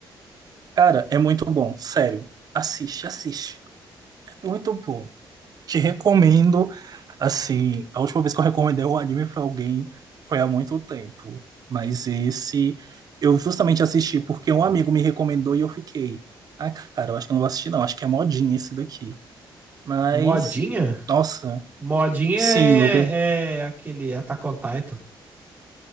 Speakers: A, on the right; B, on the right.
A: Cara, é muito bom, sério. Assiste, assiste. É muito bom. Te recomendo, assim, a última vez que eu recomendei um anime pra alguém foi há muito tempo, mas esse eu justamente assisti porque um amigo me recomendou e eu fiquei, ah, cara, eu acho que eu não vou assistir não, acho que é modinha esse daqui. Mas,
B: Modinha?
A: nossa,
B: Modinha
A: sim,
B: é,
A: eu,
B: é aquele Attack on Titan.